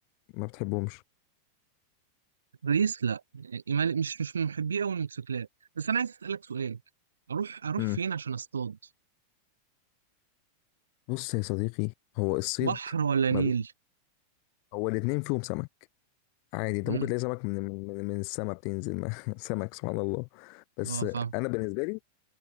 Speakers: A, on the left (about 45°); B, on the right (about 70°).
A: ما بتحبهمش
B: رئيس لا يعني ما- مش مش من محبي أوي الموتوسيكلات بس أنا عايز أسألك سؤال أروح أروح
A: مم.
B: فين عشان أصطاد
A: بص يا صديقي هو الصيد
B: بحر ولا
A: ما
B: نيل
A: بي... هو الاتنين فيهم سمك عادي انت
B: امم
A: ممكن تلاقي سمك من من, من السما بتنزل ما. <laughs> سمك سبحان الله بس
B: اه فاهم
A: انا بالنسبه لي